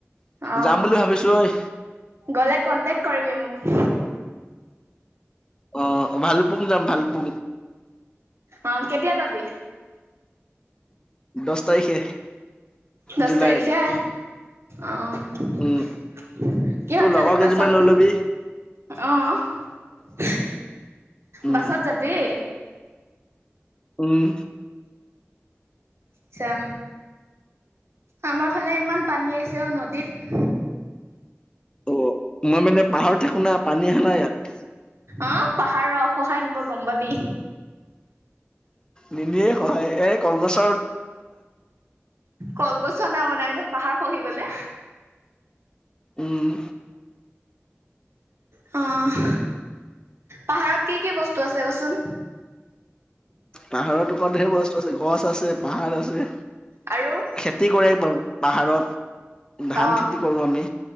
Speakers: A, on the right; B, on the left.
A: অ,
B: যাম বুলি ভাবিছো ঐ
A: গলে কণ্টেক্ট কৰিবি মোক।
B: অ, ভালুক পুং যাম ভালুক পুং।
A: অ, কেতিয়া যাবি?
B: দচ তাৰিখে।
A: দহ
B: জুলাইত
A: তাৰিখে অ' কিহত
B: উম তোৰ লগৰ
A: যাবি
B: কেইজনীমান
A: বাছত
B: লৈ লবি
A: অ',
B: উম
A: বাছত যাবি।
B: উম'।
A: আতছা। আমাৰ ফালে ইমান পানী আহিছে অ' নদীত।
B: ত মই মানে পাহাৰত থাকো ন পানী আহা নাই ইয়াত।
A: অ' পাহাৰ ৰহ খহায় নিব গম পাবি।
B: নিনিয়ে সহায় এই কলগছ
A: কলগছৰ নাও বনাবি ন পাহাৰ খহি গলে।
B: উম'।
A: অহ, পাহাৰত কি, কি বস্তু আছে কচোন।
B: পাহাৰত, ঢেৰ বস্তু আছে গছ আছে পাহাৰ আছে,
A: আৰু
B: খেতি কৰে পাহাৰত। ধান
A: অ
B: খেতি কৰো আমি,